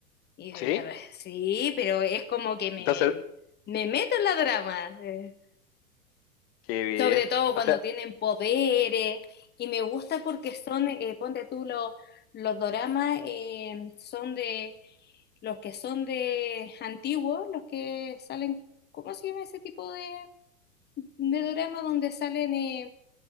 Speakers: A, on the left (about 25°); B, on the left (about 45°).
A: Y de-
B: ¿Sí?
A: de- sí, pero es como que me,
B: Entonces,
A: me meto en la drama. eh,
B: Qué bien.
A: sobre todo cuando
B: O sea,
A: tienen poderes. Y me gusta porque son, eh, ponte tú, lo- los doramas eh, son de los que son de antiguos, los que salen, ¿cómo se llama ese tipo de, de dorama donde salen, eh,